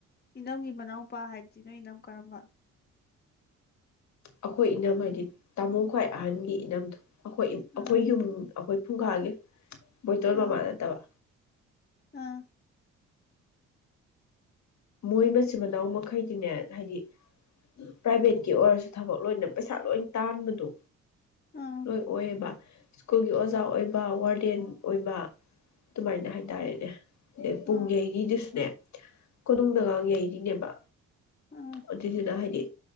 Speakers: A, on the left (about 35°); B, on the left (about 65°).
A: ꯏꯅꯝꯒꯤ ꯃꯅꯥꯎꯄꯥ ꯍꯥꯏꯗꯨꯗꯤ ꯅꯣꯏ ꯏꯅꯝ ꯀꯔꯝꯕ
B: ꯑꯩꯈꯣꯏ ꯏꯅꯝ ꯍꯥꯏꯗꯤ ꯇꯥꯃꯣ ꯈ꯭ꯋꯥꯏ ꯑꯍꯟꯒꯤ ꯏꯅꯝꯗꯨ ꯑꯩꯈꯣꯏ ꯑꯩꯈꯣꯏ
A: ꯑꯥ
B: ꯌꯨꯝ ꯑꯩꯈꯣꯏ ꯐꯨꯡꯒꯥꯒꯤ ꯕꯣꯏꯇꯣꯟ
A: ꯑꯥ
B: ꯃꯃꯥ ꯅꯠꯇꯕ
A: ꯑꯥ
B: ꯃꯣꯏ ꯃꯆꯤꯟ ꯃꯅꯥꯎ ꯃꯈꯩꯗꯤꯅꯦ ꯍꯥꯏꯗꯤ ꯄ꯭ꯔꯥꯏꯚꯦꯠꯀꯤ ꯑꯣꯏꯔꯁꯨ ꯊꯕꯛ ꯂꯣꯏꯅ ꯄꯩꯁꯥ ꯂꯣꯏ ꯇꯥꯟꯕꯗꯨ
A: ꯑꯥ
B: ꯂꯣꯏ ꯑꯣꯏꯌꯦꯕ ꯁ꯭ꯀꯨꯜꯒꯤ ꯑꯣꯖꯥ ꯑꯣꯏꯕ ꯋꯥꯔꯗꯦꯟ ꯑꯣꯏꯕ ꯑꯗꯨꯃꯥꯏꯅ ꯍꯥꯏꯇꯥꯔꯦꯅꯦ ꯑꯗꯩ ꯄꯨꯡꯌꯩꯔꯤꯗꯨꯁꯨꯅꯦ
A: ꯑꯥ
B: ꯀꯣꯅꯨꯡꯗꯒ ꯌꯩꯔꯤꯅꯦꯕ
A: ꯑꯥ
B: ꯑꯗꯨꯏꯗꯨꯅ ꯍꯥꯏꯗꯤ